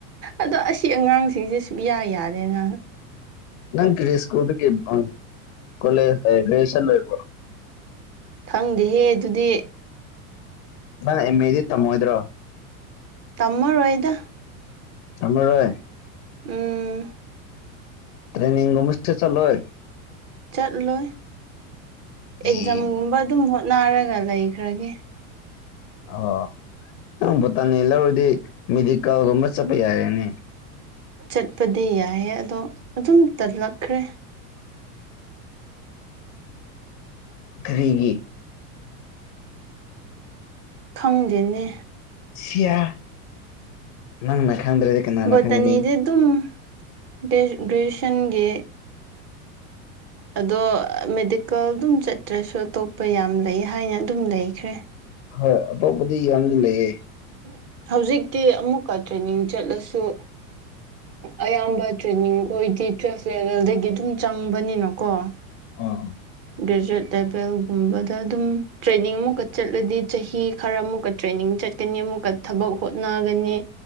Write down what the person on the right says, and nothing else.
ꯑꯗꯣ ꯑꯁꯤ ꯑꯉꯥꯡꯁꯤꯡꯁꯦ ꯁꯨꯞꯌꯥ ꯌꯥꯗꯦꯅ
ꯈꯪꯗꯦꯍꯦ ꯑꯗꯨꯗꯤ
ꯇꯝꯃꯔꯣꯏꯗ
ꯎꯝ
ꯆꯠꯂꯣꯏ ꯑꯦꯛꯖꯥꯝꯒꯨꯝꯕ
ꯑꯗꯨꯝ ꯍꯣꯠ ꯅꯥꯔꯒ ꯂꯩꯈ꯭ꯔꯒꯦ
ꯆꯠꯄꯗꯤ ꯌꯥꯏꯌꯦ ꯑꯗꯣ ꯑꯗꯨꯝ ꯇꯜꯂꯛꯈ꯭ꯔꯦ
ꯈꯪꯗꯦꯅꯦ
ꯚꯣꯠꯇꯅꯤꯗꯤ
ꯑꯗꯨꯝ ꯒ꯭ꯔꯦ ꯒ꯭ꯔꯦꯖꯨꯌꯦꯁꯟꯒꯤ ꯑꯗꯣ ꯃꯦꯗꯤꯀꯦꯜ ꯑꯗꯨꯝ ꯆꯠꯇ꯭ꯔꯁꯨ ꯑꯇꯣꯞꯄ ꯌꯥꯝ ꯂꯩ ꯍꯥꯏꯅ ꯑꯗꯨꯝ ꯂꯩꯈ꯭ꯔꯦ
<unintelligible> ꯍꯧꯖꯤꯛꯇꯤ ꯑꯃꯨꯛꯀ ꯇ꯭ꯔꯦꯅꯤꯡ ꯆꯠꯂꯁꯨ ꯑꯌꯥꯝꯕ ꯇ꯭ꯔꯦꯅꯤꯡ ꯈꯣꯏ ꯇꯤꯆꯨꯋꯦꯁ ꯂꯦꯚꯦꯜꯗꯒꯤ ꯑꯗꯨꯝ ꯆꯪꯕꯅꯤꯅ ꯀꯣ
ꯒ꯭ꯔꯦꯖꯨꯋꯦꯠ ꯂꯦꯚꯦꯜꯒꯨꯝꯕꯗ ꯑꯗꯨꯝ ꯇ꯭ꯔꯦꯅꯤꯡ ꯑꯃꯨꯛꯀ ꯆꯠꯂꯗꯤ ꯆꯍꯤ ꯈꯔ ꯑꯃꯨꯛꯀ ꯇ꯭ꯔꯦꯅꯤꯡ ꯆꯠꯀꯅꯤ ꯑꯃꯨꯛꯀ ꯊꯕꯛ ꯍꯣꯠꯅꯒꯅꯤ